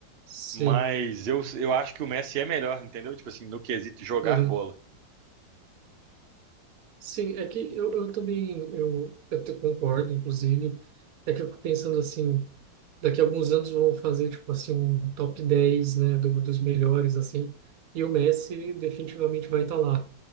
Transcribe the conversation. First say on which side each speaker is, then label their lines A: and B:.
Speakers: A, on the right; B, on the right.
A: sim,
B: Mas eu, eu acho que o Messi é melhor, entendeu? Tipo assim, no quesito jogar
A: uhum.
B: bola.
A: Sim, é que eu, eu também eu, eu te concordo, inclusive, é que eu fico pensando assim, daqui a alguns anos vão fazer tipo assim um top 10 né, do, dos melhores assim, e o Messi definitivamente vai estar lá.